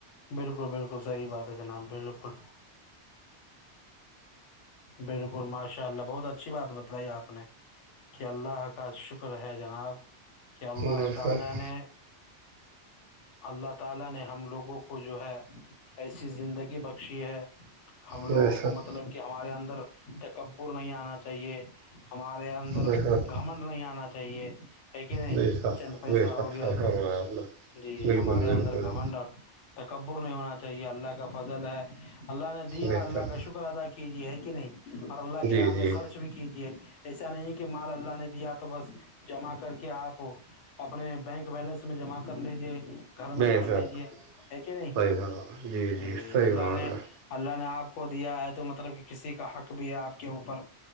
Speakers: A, on the left; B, on the right.
A: بالکل بالکل صحی بات ہے جناب بالکل بالکل ماشاء اللہ بہت اچھی بات بتلائی آپ نے کہ اللہ کا شکر ہے جناب کہ اللہ
B: بے
A: تعالی
B: شک
A: نے اللہ تعالی نے ہم لوگوں کو جو ہے ایسی زندگی بخشی ہے ہم لوگوں
B: بے شک
A: کو مطلب کہ ہمارے اندر تکبر نہیں آنا چاہیے ہمارے اندر
B: بے شک
A: گھمنڈ نہیں آنا چاہیے ہے کہ نہیں
B: بے شک
A: چند پیسہ
B: بے شک
A: ہو گیا
B: صحیح
A: تو
B: فرمایا آپ نے
A: جی
B: بالکل
A: ہمارے اندر
B: بالکل
A: گھمنڈر تکبر نہیں ہونا چاہیے اللہ کا فضل ہے اللہ نے دیا
B: بے
A: اللہ
B: شک
A: کا شکر ادا کیجیے ہے کہ نہیں اور اللہ کے
B: جی
A: راہ
B: جی
A: میں خرچ بھی کیجیے ایسا نہیں کہ مال اللہ نے دیا تو بس جمع کر کے آپ اپنے بینک بیلنس میں جمع کر لیجیے گھر
B: بے
A: میں بھر
B: شک
A: لیجے ہے کہ نہیں
B: صحیح فرمایا
A: جی
B: صحیح
A: اللہ
B: فرمایا
A: نے اللہ نے آپ کو دیا ہے تو مطلب کہ کسی کا حق بھی ہے آپ کے اوپر